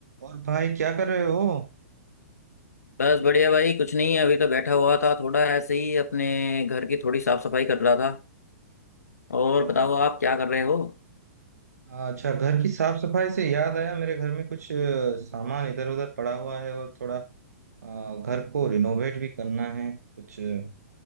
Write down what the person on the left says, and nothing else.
बस बढ़िया भाई कुछ नहीं अभी तो बैठा हुआ था थोड़ा ऐसे ही अपने घर की थोड़ी साफ सफाई कर रहा था और
बताओ आप क्या कर रहे हो